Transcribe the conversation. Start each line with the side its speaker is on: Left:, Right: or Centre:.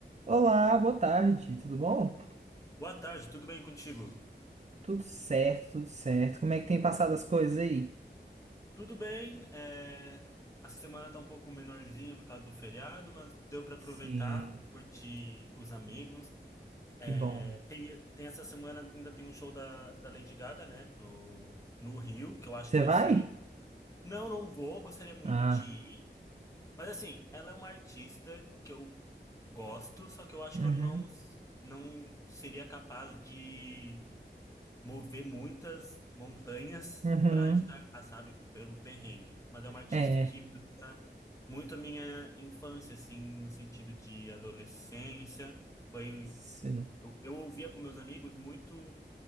Right: Olá, boa tarde, tudo bom?
Left: Boa tarde, tudo bem contigo?
Right: Tudo certo, tudo certo. Como é que tem passado as coisas aí?
Left: Tudo bem, é, a semana tá um pouco menorzinha por causa do feriado, mas deu para aproveitar,
Right: Sim,
Left: curtir os amigos. É,
Right: que bom.
Left: Tem, tem essa semana ainda tem um show da, da Lady Gaga, né, no, no Rio, que eu acho
Right: Você
Left: que vai
Right: vai?
Left: ser. Não, não vou, gostaria muito
Right: Ah,
Left: de ir, mas assim, ela é uma artista que eu gosto, só que eu acho
Right: uhum,
Left: que eu não, não seria capaz de mover muitas montanhas
Right: Uhum.
Left: para estar lá, sabe? Pelo perrengue. Mas é uma artista
Right: É,
Left: que me lembra muito a minha infância, assim, no sentido de adolescência. Foi,
Right: sim.
Left: eu, eu ouvia com meus amigos muito